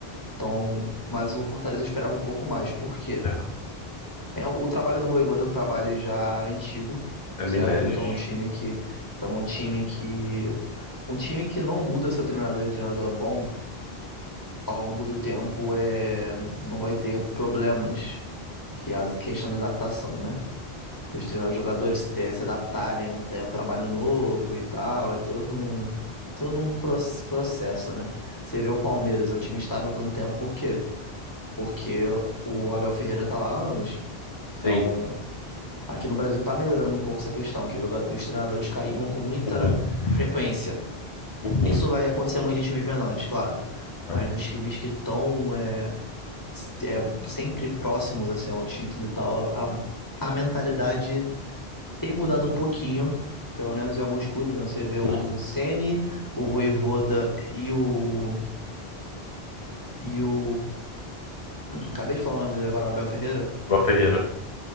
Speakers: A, on the left; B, on the left.
A: Então, mas o Fortaleza eu esperava um pouco mais, porque
B: É,
A: é o trabalho do Vojvoda é um trabalho já antigo,
B: é
A: certo?
B: Milênios.
A: Então, um time que, então um time que, um time que não muda seu treinador e o treinador é bom ao longo do tempo é, não vai ter problemas que é a questão de adaptação, né?
B: Uhum.
A: Que os treinadores, jogadores se, se adaptarem a um, a um trabalho novo e tal, é todo um todo um proce- processo, né? Você vê o Palmeiras, é um time estável há tanto tempo, por quê? Porque o Abel Ferreira tá lá há anos, que
B: Sim.
A: é um... Aqui no Brasil tá melhorando um pouco essa questão, que os joga- os treinadores caíam com muita
B: Uhum,
A: frequência.
B: uhum.
A: Isso vai acontecer muito em times menores, claro. Mas
B: É,
A: nos times que estão é, s- é, sempre próximos assim, ao título e tal, a, a- a mentalidade tem mudado um pouquinho, pelo menos em alguns clubes, né? Você vê
B: uhum.
A: o Ceni, o Vojvoda e o... E o... <clears throat> Acabei de falar o nome dele agora, o Abel Ferreira.
B: Abel Ferreira.